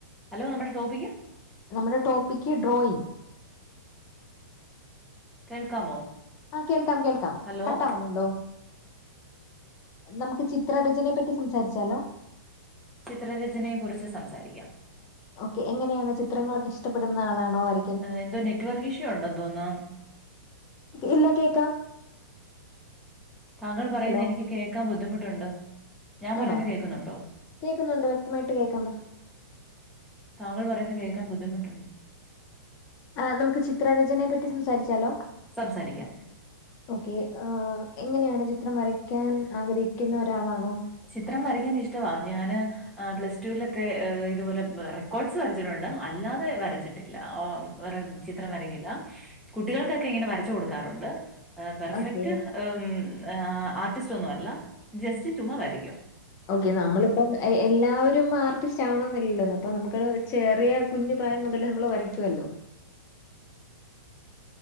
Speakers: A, in the centre; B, on the left (about 25°).
A: ഹലോ നമ്മുടെ ടോപ്പിക്ക്.
B: നമ്മുടെ ടോപ്പിക്ക് ഡ്രോയിങ്ങ്.
A: കേൾക്കാമോ?
B: ആഹ് കേൾക്കാം കേൾക്കാം
A: ഹലോ
B: കട്ടാവുന്നുണ്ടോ? നമ്ക്ക് ചിത്രരചനയെ പറ്റി സംസാരിച്ചാലോ?
A: ചിത്രരചനയെക്കുറിച്ച് സംസാരിക്കാം.
B: ഓക്കെ എങ്ങനെയാണ് ചിത്രങ്ങളൊക്കെ ഇഷ്ടപ്പെടുന്ന ആളാണോ വര
A: എന്തോ നെറ്റ്വർക്ക് ഇഷ്യൂ ഉണ്ടോ തോന്നോ.
B: ഇല്ല കേക്കാം.
A: താങ്കൾ പറയുന്നെ
B: ഹലോ
A: എനിക്ക് കേക്കാൻ ബുദ്ധിമുട്ടുണ്ട്. ഞാൻ
B: ആണോ
A: പറയുന്നത് കേൾക്കുന്നുണ്ടോ
B: കേക്കുന്നുണ്ടോ വ്യക്തമായിട്ട് കേക്കാമോ?
A: താങ്കൾ പറയുന്ന കേക്കാ ബുദ്ധിമുട്ടുണ്ട്.
B: ആഹ നമ്ക്ക് ചിത്രരചനയെ പറ്റി സംസാരിച്ചാലോ?
A: സംസാരിക്കാം
B: ഓക്കെ ഏഹ് എങ്ങനെയാണ് ചിത്രം വരയ്ക്കാൻ ആഗ്രഹിക്ക്ന്നെ ഒരാളാണോ?
A: ചിത്രം വരയ്ക്കാൻ ഇഷ്ടവാ ഞാന്. ആ പ്ലസ്ടുവലൊക്കെ ഇതുപോലെ റെക്കോർഡ്സ് വരച്ചിട്ടുണ്ട് അല്ലാതെ വരച്ചിട്ടി. ല ഏമ് ഒരം ചിത്രം വരക്കില്ല കുട്ടികൾക്കൊക്കെ ഇങ്ങനെ വരച്ച കൊടുക്കാറുണ്ട്. ആഹ് പെർഫെക്റ്റ്
B: ഓക്കെ.
A: എമ് ആർട്ടിസ്റ്റ് ഒന്നുവല്ല ജസ്റ്റ് ചുമ വരക്കും.
B: ഓക്കെ നമ്മളിപ്പം. എഹ് എല്ലാവരും ആർട്ടിസ്റ്റ് ആവണൊന്നില്ലല്ലൊ അപ്പൊ നമുക്ക ചെറിയ കുഞ്ഞു പ്രായം മുതല് നമ്മൾ വരയ്ക്കുവല്ലോ?